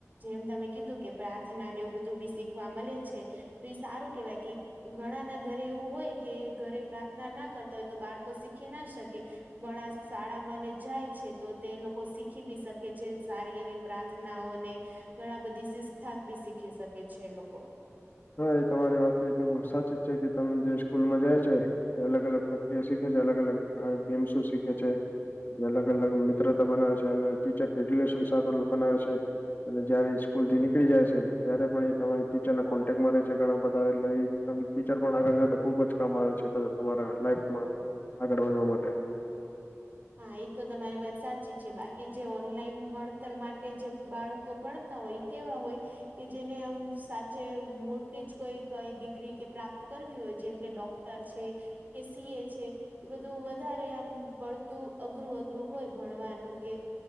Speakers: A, on the right; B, on the left.
A: જેમ તમે કીધું કે પ્રાર્થના ને એવું બધું બી શીખવા મળે છે તો એ સારું કેવાય કે ઘણા ના ઘરે એવું હોય કે ઘરે પ્રાર્થના ના કરતા હોય તો બાળકો શીખી ના શકે. ઘણાં શાળામા ને જાય છે તો તે લોકો શીખી બી શકે છે સારી એવી પ્રાર્થનાઓને ઘણા બધી શિસ્થા બી શીખી શકે છે એ લોકો.
B: હા એ તમારી વાત તો એ તો બહું સાચી જ છે કે તમે જે સ્કૂલમાં જાય છે તે અલગ અલગ પ્રક્રિયા શીખે છે અલગ અલગ ગેમ્સ શીખે છે. જે અલગ-અલગ મિત્રતા બનાવે છે અને ટીચર <unintelligible> બનાવે છે. અને જયારે સ્કૂલ થી નીકળી જાય છે ત્યારે પણ એ તમારી ટીચર કોન્ટેકમાં રહે છે ઘણા બધા એટલે ટીચર પણ આગળ જતા ખુબ જ કામ આવે છે બધા તમારા લાઈફમાં આગળ વધવા માટે
A: હા એ તો તમારી વાત સાચી છે બાકી જે ઓનલાઈન ભણતર માટે જે બાળકો ભણતા હોય. કેવા હોય. કે જેનેમ સાચે મોટી જ કોઈ કઈ ડિગ્રી કે પ્રાપ્ત કરવી હોય જેમ કે ડોક તર છે કે સી એ છે એ બધું વધારે આમ પર તું અઘરું અઘરું હોય ભણવાનું કે